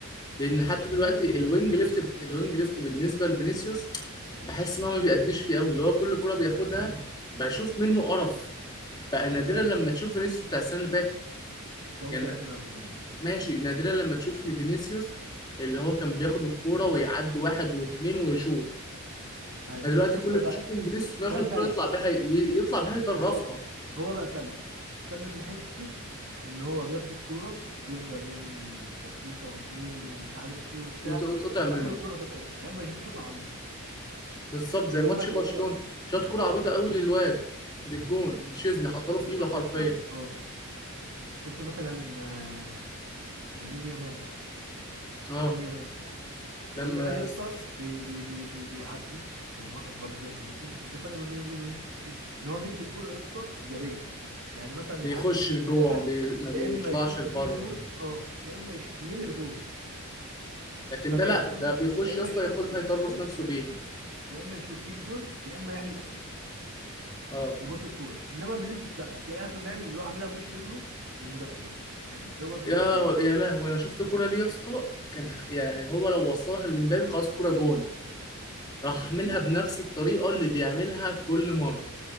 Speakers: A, on the left; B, on the right.
A: لان حتى
B: مش
A: دلوقتي
B: حكايه
A: الوينج ليفت الوينج ليفت بالنسبه لفينيسيوس بحس ان هو ما بيأديش فيه قوي اللي هو كل كرة بياخدها بشوف منه قرف بقى نادرا
B: لا يا
A: لما
B: اسطى بس
A: تشوف فينيسيوس بتاع السنه اللي فاتت
B: بس هو
A: يعني
B: مش عارف يلعب غيره
A: ماشي نادرا لما تشوف إن فينيسيوس اللي هو كان بياخد الكوره ويعدي واحد واثنين ويشوط
B: ايوه
A: يعني دلوقتي
B: يا اسطى
A: كل اللي
B: بقى
A: بتشوفه من فينيسيوس إنه ياخد
B: بقى
A: الكوره
B: سلبي
A: يطلع بيها ي- يطلع بيها يطرفها
B: بالظبط هو بقى سلبي سلبي من حته ان هو بياخد الكوره يفضل يعمل ترقيصه واتنين ومش عارف ايه وبتاع
A: وت- وتقطع
B: وفي
A: منه
B: الاخر الكوره تتقطع يا اما يشوط شوطه عبيطه
A: بالظبط زي
B: انما
A: ماتش
B: لو
A: برشلونة
B: هو
A: شاط كرة عبيطة قوي للواد للجون تشيزني حطله في
B: انا شفت
A: ايده حرفيا
B: يا اسطى اه شفت مثلا آه، يمين يامال
A: اه
B: لامين يامال
A: لما
B: لامين يامال يا اسطى
A: س-
B: بي بي بي بي بيعدي وبيمرقص برضه زي فينيسيوس بس الفرق ما بينه وبين فينيسيوس ايه؟ ان هو بيدي الكوره يا اسطى ايجابيه يعني مثلا
A: بيخش
B: يعدي اتنين
A: لجوه
B: تلاته
A: ما, بي... ما
B: يا
A: بيطلعش
B: اما يشوط
A: لبره
B: وتيجي جون اه يا اما يشوط بيلم الجون
A: لكن
B: وكمان
A: ده لا
B: يا
A: ده
B: اما
A: بيخش
B: يا اما
A: يا اسطى
B: يشوط
A: ياخدها
B: بتيجي
A: يطرف
B: جون
A: نفسه
B: يا
A: بيها
B: اما يشوط يا اما يشوط تيجي جون يا اما يعمل اسيست
A: اه
B: يباص الكوره انما فينيسيوس لا هتلاقي اخر ما يعمل يروح عاملها بوش رجله للمدافعين <laughs> يخبط في
A: يا
B: المدافعين
A: يا لهوي انا شفت الكرة دي يا اسطى كان يعني هو لو وصلها لمبابي خلاص الكرة جون راح عاملها
B: مم.
A: بنفس الطريقة اللي بيعملها كل مرة